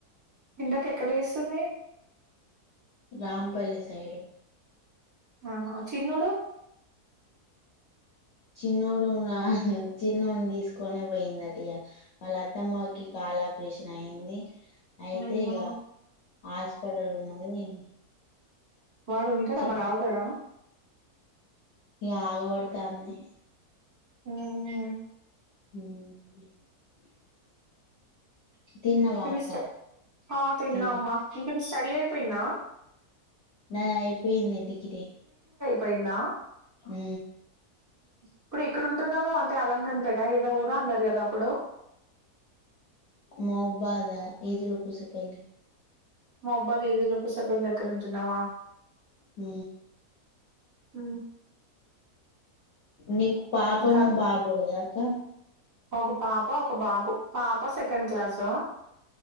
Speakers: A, on the right (about 15°); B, on the left (about 60°).
A: ఇందాకా ఎక్కడ చేస్తుంది
B: రాంపల్లి సైడు
A: ఆహా చిన్నోడు
B: చిన్నోడు చిన్నోడు తీసుకనే పోయిందిటు ఇ వాళ్ళ అత్తమ్మకి కాల ఆపరేషన్ అయింది అయితే
A: అయ్యో
B: ఇక హాస్పిటల్ ఉన్నది
A: వాడు ఉంటాడమ్మా
B: చిన్న
A: రావతాడా
B: ఇక ఆగబడతాన్ని
A: ఆ
B: మ్
A: <unintelligible>
B: తిన్నవా అక్క
A: ఆ తిన్నా
B: తిన్న
A: అమ్మా ఇంకను ఇ స్టడీ అయిపోయిందా
B: నా అయిపోయింది డిగ్రీ
A: పోయింది
B: ఆ
A: ఇప్పుడు ఎక్కడుంటున్నావు నువ్వు అంటే అలంకరణపేట ఏదో ఊర అన్నారు కదా అప్పుడు
B: మాబ్బా అదా ఇలు కుసే ప
A: మా అబ్బాదిదులోపు సభల దగ్గర ఉంటున్నావా
B: అ
A: హ
B: నకు పాపన
A: ఇంకా
B: బాబో కదా అక్క
A: ఒక పాప ఒక బాబు పాప సెకండ్ క్లాసు